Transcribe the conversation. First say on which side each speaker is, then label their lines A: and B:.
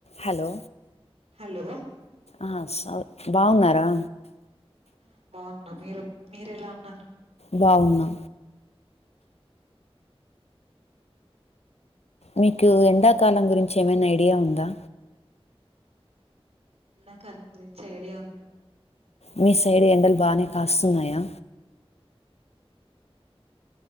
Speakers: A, on the left; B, on the right.
A: Hello
B: hello
A: ఆ సౌ బాగున్నారా
B: ఆ బాగున్నా మీరు మీర ఎలా ఉన్నారు
A: బావున్నా మీకు ఎండాకాలం గురించి ఏమైనా ఐడియా ఉందా
B: ఎండాకాలం గురించి ఐడియా ఉంది అండి
A: మీ సైడ్ ఎండలు బానే కాస్తున్నాయా